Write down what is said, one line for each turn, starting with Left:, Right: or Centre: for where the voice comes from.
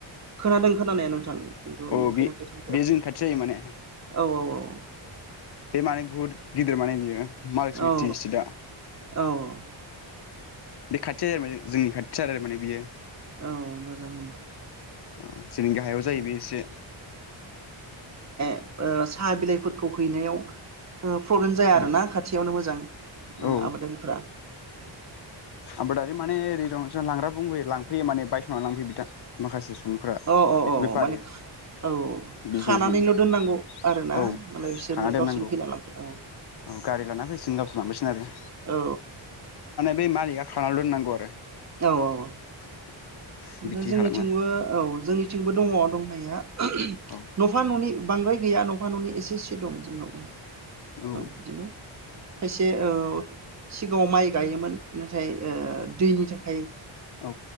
Right: खोनादों खोनानाया नोंथां खिन्थु
Left: औ
Right: नुफेराखै
Left: बे
Right: थांफेराखै
Left: बे जोंनि खाथि जायो माने
Right: औ औ औ
Left: बे माने बुहुत गिदिर माने बियो महा लक्समि
Right: औ
Left: टि स्टेट
Right: औ औ
Left: बे खाथिया <inaudible> जोंनि खाथियाथार आरो माने बियो
Right: औ मोजां
Left: औ जोंनि गाहायाव जायो
Right: औ
Left: बे एसे
Right: ओ‌ साहा बिलाइफोरखौ हैनायाव ओ प्रब्लेम जाया
Left: औ
Right: आरो ना खाथियावनो मोजां
Left: औ
Right: आबादारिफोरा <inaudible>
Left: आबादारि माने ओरै दं लांग्रा बुबोयो लांफैयो माने बायस'ना लांफैयो बिथां माखासे सुबुंफ्रा
Right: अ अ अ
Left: बेफारि
Right: माने औ
Left: बिजनेसमेनफ्रा
Right: खानानैल' दोननांगौ आरोना
Left: औ
Right: मालाय बिसोरनो
Left: खाना दोननांगौ
Right: गावसोरनो फैनानै लांफैयो औ
Left: औ गारि लाना फैसिगोन गावसोर लांफैसिगोन आरो
Right: औ
Left: बे मालिकआ खानाल दोननांगौ आरो
Right: औ औ
Left: <inaudible>
Right: ओमफाय
Left: बिदि
Right: जोंनिथिंबो
Left: खालामो
Right: औ जोंनि थिंबो दङ दंनाया
Left: औ
Right: न'फा न'नै बांद्राय गैया न'फा न'नै एसे एसे दं जोंनाव
Left: औ
Right: बिदिनो खायसे सिगाङाव माइ गायोमोन नाथाय दैनि थाखाय
Left: औ